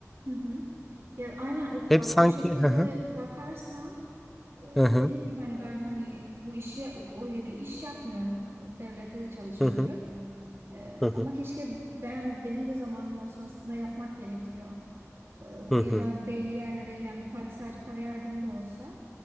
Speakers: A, on the right; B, in the centre.
A: Hı hı. Ya aynen o,
B: Hep
A: bak
B: sanki
A: o şekilde
B: hı hı
A: bakarsan e,
B: hı hı
A: dediğim gibi hani ben hani bu işi öyle bir iş yapmıyorum. Devlette de çalışmıyorum.
B: hı hı
A: Ee,
B: hı
A: ama keşke ben benim de zamanım olsa aslında yapmak gerekiyor. Ee,
B: hı
A: ya
B: hı
A: da belli yerlere yani para sadece para yardımı da olsa